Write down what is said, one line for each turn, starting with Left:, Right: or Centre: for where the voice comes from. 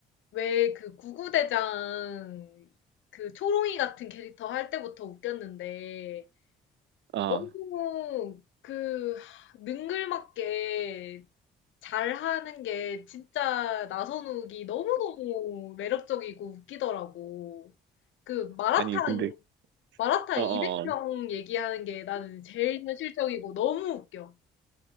Left: 왜 그 구구대장 그 초롱이 같은 캐릭터 할 때부터 웃겼는데
Right: 아,
Left: 너무 그 하, 능글맞게 잘하는 게 진짜 나선욱이 너무너무 매력적이고 웃기더라고. 그 마라탕
Right: 아니, 근데,
Left: 마라탕
Right: 어어.
Left: 200평 얘기하는 게 나는 제일 현실적이고 너무 웃겨.